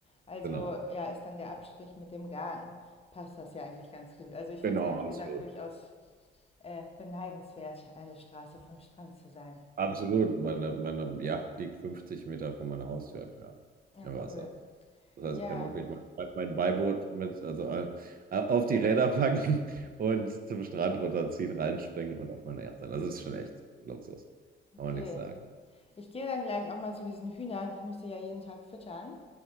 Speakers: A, on the left; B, on the right.
A: Also
B: Genau,
A: ja, ist dann der Abstrich mit dem Garten, passt das ja eigentlich ganz gut. Also ich
B: Genau,
A: finde es ehrlich
B: absolut.
A: gesagt durchaus äh, beneidenswert, eine Straße vom Strand zu sein.
B: Absolut. Meine, meine Yacht liegt 50 Meter von meiner Haustür entfernt
A: Ja,
B: im Wasser.
A: cool.
B: Das heißt,
A: Ja,
B: ich kann wirklich mein, mein Beiboot mit, also äh, auf die Räder packen <laughs> und zum Strand runterziehen, reinspringen und auf meine Yacht sein. Also, das ist schon echt Luxus.
A: okay.
B: Kann man nichts sagen.
A: Ich gehe dann gleich auch mal zu diesen Hühnern. Ich muss sie ja jeden Tag füttern.